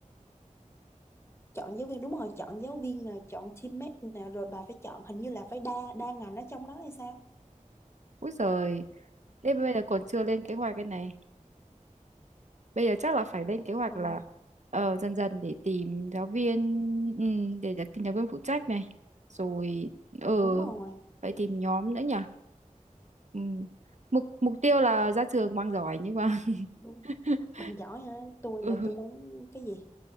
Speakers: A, on the left; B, on the right.
A: chọn giáo viên đúng rồi chọn giáo viên nè chọn teammate nè rồi bà phải chọn hình như là phải đa đa ngành ở trong đó hay sao
B: úi giời thế bây giờ còn chưa lên kế hoạch cái này bây giờ chắc là phải lên kế hoạch
A: ôi
B: là ờ, dần dần để tìm giáo viên ừ, để đặt- tìm giáo viên phụ trách này rồi ờ
A: đúng rồi
B: phải tìm nhóm nữa nhỉ ừ. mục mục tiêu là ra trường mang giỏi nhưng mà
A: đúng.
B: <laughs>
A: bằng giỏi hả tôi
B: ừ.
A: là tôi muốn cái gì